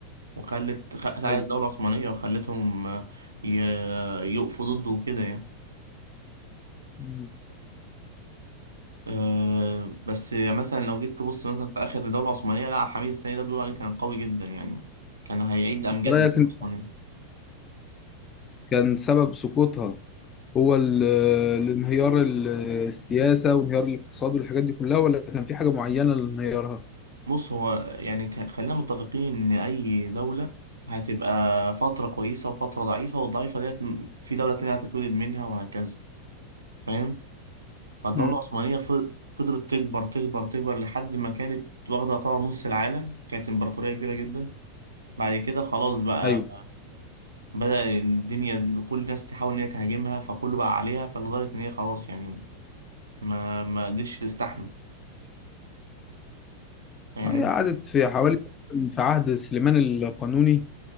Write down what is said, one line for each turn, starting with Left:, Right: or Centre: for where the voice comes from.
Right: وخلت خ- ساعدت
Left: ايوه
Right: الدوله العثمانيه وخلتهم آه، ي- يقفوا ضده وكده يعني
Left: امم
Right: آه، بس يعني مثلا لو جيت تبص مثلا في اخر الدوله العثمانيه لا عبد الحميد الثاني ده بيقول عليه كان قوي جدا يعني كان هيعيد امجاد
Left: رايك
Right: الدوله
Left: إن
Right: العثمانيه
Left: كان سبب سقوطها هو ال- الانهيار ال- السياسة وانهيار الاقتصاد والحاجات دي كلها ولا كان في حاجة معينة لانهيارها؟
Right: بص هو يعني ك- خلينا متفقين ان اي دولة هتبقى فترة كويسة وفترة ضعيفة والضعيفة ديت م- في دولة تانية هتتولد منها وهكذا فاهم فالدولة
Left: مم.
Right: العثمانية ف- فضلت تكبر تكبر تكبر لحد ما كانت واخدة يعتبر نص العالم كانت امبراطورية كبيرة جدا بعد كده خلاص بقى
Left: أيوه
Right: بدأ الدنيا كل الناس تحاول ان هي تهاجمها فكله بقى عليها فلدرجة ان هي خلاص يعني ما ما قدرتش تستحمل فاهمني
Left: هي قعدت في حوالي في عهد سليمان القانوني